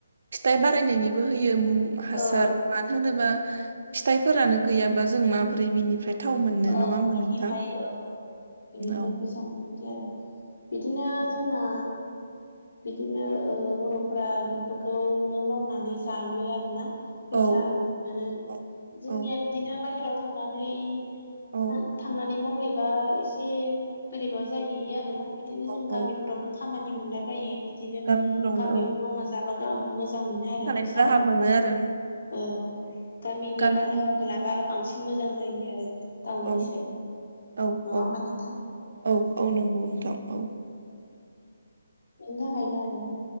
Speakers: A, on the right; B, on the left.
A: फिथाइ बारायनायनि हो ह
B: औ
A: मानो होनोबा फिथाइफोरानो गैयाबा जों माबोरै बिनिफ्राय। गोथाव मोननो
B: औ
A: नङा होमबा
B: बिनिफ्राय
A: नोंथां
B: औ बिनिफ्राय
A: औ
B: फैसा मोनो बिदि आरो बिदिनो जोंना बिदिनो ओ बर'फोरा बेफोरखौनो मावनानै जायो आरोना
A: औ
B: फैसा
A: औ
B: मोनो
A: औ
B: जोंनिया
A: औ
B: बिदिनो बायेराव थांनानै
A: औ
B: थां थांनानै मावहैबा एसे बोरैबा जाहैयो आरो ना बिदिनो जों
A: औ
B: गामिफोरावनो
A: औ
B: खामानि मोनलााय बायो बिदिनो
A: गामिफ्रावनो
B: गामियावनो
A: औ
B: मावना जाब ग मोजां मोनो
A: थानायनि
B: फैसाबो
A: राहा
B: मोननऔ
A: मोनो आरो
B: गामिनि
A: गामि
B: बारहावाखौ लाबा आरो बांसिन मोजां जायो आरो टाउननि
A: औ
B: साय नङा
A: औ औ
B: होमबा नोंथां
A: औ औ नंगौ नोंथां औ
B: बेनि थाखायनो आरो